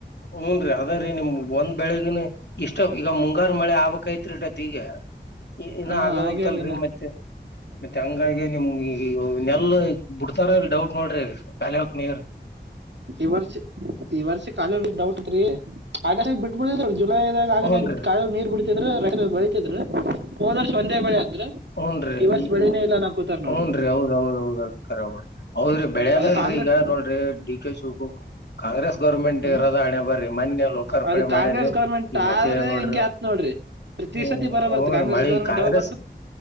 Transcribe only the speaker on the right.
ಹಾ
ಹಾಗೆ
ಅಲ್ ಇನ್ನ
ಈ ವರ್ಷ ಈ ವರ್ಷ ಖಾಲಿ ಹೋಗ ಡೌಟ್ ಉಂಟ್ರಿ ಆಗಸ್ ಬಿಟ್ಬಿಿದ ಜುಲೈದಾಗ ಆಗ
ಕಳ ನೀರ್ ಬಿಡ್ತಿದ್ರ ರೈತ ಬೆಳೆ ತಿದ್ರು ಹೋದ ವರ್ಷ ಒಂದೇ ಬೆಳೆ ಅಂದ್ರ
ವರ್ಷ
ಬೆಳೆನೇ
ಇಲ್ಲ ಅನ್ನಾಕೂತಾರ್ ನೋಡ್ರಿ
ಅದ
ಕಾಂಗ್ರೆ
ಹ್ಮ್
ಅದು
ಕಾಂಗ್ರೆಸ್ ಗೌರ್ಮೆಂಟ್
ಆದ್ರೆ
ಹಿಂಗೆ ಆತ್ ನೋಡ್ರಿ ಪ್ರತಿ
ಸತಿ ಬರ ಬರ್ತ
ಕಾಂಗ್ರೆಸ್
ಗೌರ್ಮೆಂಟ್
ಯಾವಾಗ ಬರ್ತ